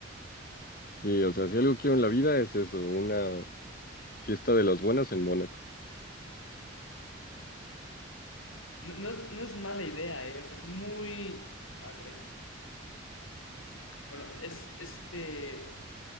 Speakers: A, on the left (about 45°); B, on the left (about 85°).
A: Sí, o sea, si algo quiero en la vida es eso, una fiesta de las buenas en Mónaco.
B: No, no es, no es mala idea, ¿eh? O sea, es muy... Ah, creo. Bueno, es este...